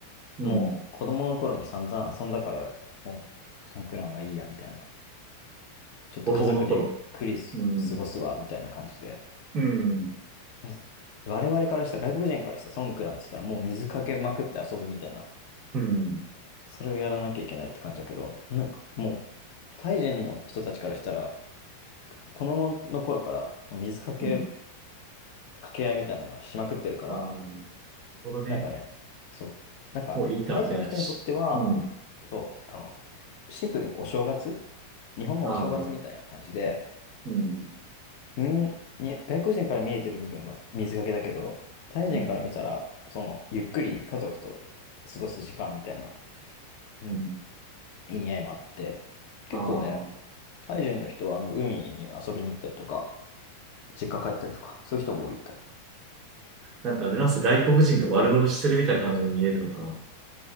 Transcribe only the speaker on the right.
うん、
子供の頃。うん、
うん、
うん。
うん
ああ、なるほどね。
もういいか、
みたいな。うん。
ああ、うん。
うん。
うん。
ああ、
なんかあれなんすか、外国人が悪乗りしてるみたいな感じで見えるのかな。